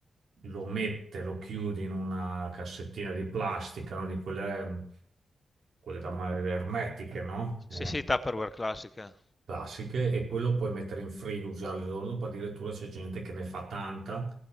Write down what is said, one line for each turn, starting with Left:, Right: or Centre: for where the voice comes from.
Right: lo mette, lo chiude in una cassettina di plastica, no? Di quelle, mm, quelle da ma- ermetiche, no? Eh,
Left: Sì, sì, Tupperware classiche.
Right: classiche e poi lo puoi mettere in frigo, usare il giorno dopo, addirittura c'è gente che ne fa tanta